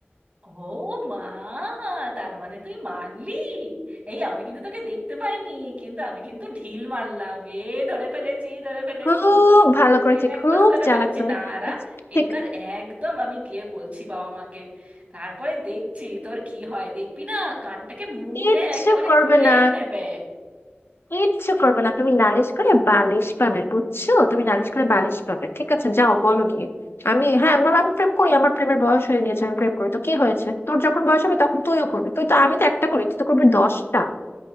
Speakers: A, on the right; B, on the left.
A: ও মা তার মানে তুই মানলি এই আমি কিন্তু তোকে দেখতে পাইনি কিন্তু আমি কিন্তু ঢিল মারলাম এ ধরে ফেলেছি ধরে ফেলেছি
B: খুব ভালো করেছে
A: এ একদম
B: খুব
A: ধরে
B: চালাক
A: ফেলেছি
B: তুমি
A: দাঁড়া
B: ঠিক
A: এইবার একদম আমি গিয়ে বলছি বাবা মাকে তারপরে দেখছি তোর কি হয় দেখবি না কানটাকে মূলে
B: কিচ্ছু
A: একেবারে
B: করবে
A: খুলেই
B: না
A: নেবে
B: কিচ্ছু করবে না তুমি নালিশ করে বালিশ পাবে বুঝছো তুমি নালিশ করে বালিশ পাবে ঠিক আছে যাও বলো গিয়ে আমি হ্যাঁ আমার আমি প্রেম করি আমার প্রেমের বয়স হয়ে গেছে আমি প্রেম করি তো কি হয়েছে তোর যখন বয়স হবে তখন তুইও করবি তুই তো আমি তো একটা করি তুই তো করবি দশটা